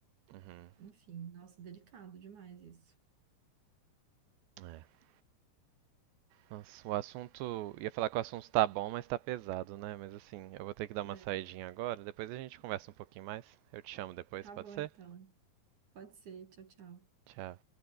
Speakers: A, on the right; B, on the right.
A: Uhum.
B: Enfim, nossa, delicado demais isso.
A: É. Nossa, o assunto. Ia falar que o assunto tá bom, mas tá pesado, né? Mas assim, eu vou ter que dar uma
B: É.
A: saidinha agora. Depois a gente conversa um pouquinho mais. Eu te chamo depois,
B: Tá
A: pode
B: bom,
A: ser?
B: então. Pode ser, tchau, tchau.
A: Tchau.